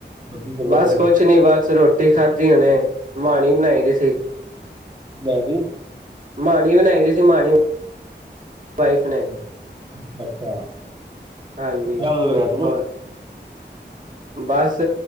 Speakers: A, on the right; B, on the right.
A: ਹੋਰ ਕੀ ਕਰਦਾ
B: ਬਸ
A: ਪਿਆ
B: ਕੁਛ ਨੀ ਬਸ ਰੋਟੀ ਖਾਧੀ ਹੁਣੇ ਮਾਣੀ ਬਣਾਈ ਦੀ ਸੀ।
A: ਮੈਂ ਵੀ
B: ਮਾਣੀ ਬਣਾਈ ਦੀ ਸੀ ਮਾਣੀ। ਵਾਈਫ
A: ਅੱਛਾ
B: ਨੇ,
A: ਅੱਛ ਅੱਛਾ।
B: ਹਾਂਜੀ
A: ਵਿਆਹ ਕਦੋਂ ਕਰਾਇਆ ਤੂੰ
B: ਹੋਰ ਬਸ